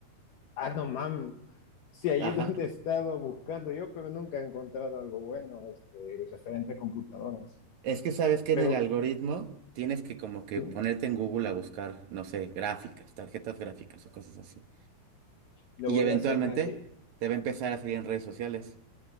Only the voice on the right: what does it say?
Ajá.
Es que sabes que
en el algoritmo tienes que como que
ponerte en Google a buscar, no sé, gráficas, tarjetas gráficas o cosas así.
Y
eventualmente
te va a empezar a salir en redes sociales.